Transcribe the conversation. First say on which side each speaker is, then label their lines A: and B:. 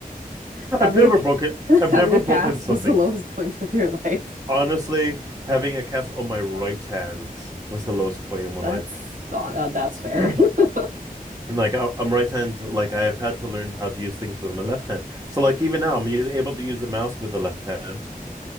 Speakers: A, on the right (about 25°); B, on the right (about 60°).
A: I've
B: Having
A: never broken
B: a <laughs>
A: I've
B: having
A: never
B: a
A: broken
B: cast
A: something.
B: was the lowest point of your life.
A: Honestly, having a cast on my right hand was the lowest point in my
B: That's
A: life.
B: not, uh, that's fair.
A: <clears throat>
B: <laughs>
A: Like I, I'm right hand, like I have had to learn how to use things with my left hand. So like even now, I'm u- able to use the mouse with the left hand.